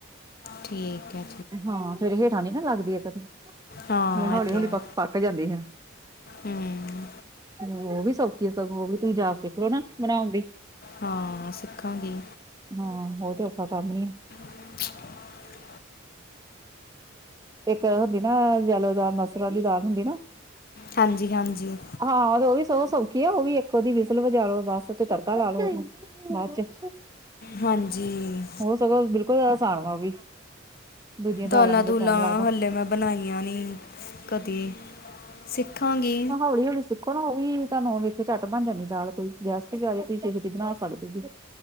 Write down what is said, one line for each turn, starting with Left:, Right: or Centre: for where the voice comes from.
Left: ਠੀਕ ਐ।
Right: ਹਾਂ ਫਿਰ ਹੇਠਾਂ ਨੀ ਨਾ ਲਗਦੇ ਇੱਕ ਤੇ ਫਿਰ
Left: ਹਾਂ
Right: ਹੌਲੀ-
Left: ਇਹ ਤਾਂ
Right: ਹੌਲੀ
Left: ਹੈ
Right: ਪ ਪੱਕ ਜਾਂਦੇ ਹੈ।
Left: ਹਮ
Right: ਓਅ ਉਅ ਵੀ ਸੌਖੀ ਆ ਸਗੋ ਉਵੀ ਤੁਹੀ ਜਾਚ ਸਿੱਖਲੋ ਨਾ ਬਣੌਣ ਦੀ।
Left: ਹਾਂਅ ਸਿੱਖਾਂਗੇ।
Right: ਹਾਂ ਉਅ ਤੇ ਔਖਾ ਕੰਮ ਹੀ ਆ।
Left: <inaudible>
Right: ਇੱਕ ਅ ਹੁਦੀ ਨਾ ਜੈਲੋ ਦਾਲ ਮਸਰਾਂ ਦੀ ਦਾਲ ਹੁੰਦੀ ਨਾ।
Left: ਹਾਂਜੀ -ਹਾਂਜੀ।
Right: ਹਾਂ ਤੇ ਉਅ ਵੀ ਸਉ ਸੌਖੀ ਐ ਉਅ ਵੀ ਇੱਕ-ਉਦੀ ਵਿਸਲ ਵਜਾ ਲੋ ਬਸ ਤੇ ਤੜਕਾ ਲਾ ਲੋੋ ਉਨੂੰ। ਬਾਅ 'ਚ'
Left: ਹਾਂਜੀ
Right: ਹੋ ਸਗੋ ਬਿਲਕੁਲ ਆਸਾਨ ਵਾ ਓ ਵੀ। ਦੂਜੀਆਂ ਦਾਲਾਂ
Left: ਦਾਲਾ-ਦੂਲਾਂ
Right: ਨੂੰ ਤਾਂ ਟਾਈਮ ਲੱਗਦਾ
Left: ਹਲੇ ਮੈਂ ਬਣਾਈਆਂ ਨੀ ਕਦੀ। ਸਿੱਖਾਂਗੀ।
Right: ਹੋਲੀ- ਹੋਲੀ ਸਿੱਖੋ ਨਾ ਉਅ ਵੀ ਧਾਨੂੰ ਵੇਖ ਕੇ ਝੱਟ ਬਣ ਜਾਣੀ ਆਂ ਦਾਲ ਕੋਈ ਗੈਸਟ ਵੀ ਆ ਜੇ ਕੋਈ ਛੇ- ਛੇਤੀ ਬਣਾ ਸਕਦੇ ਜੇ।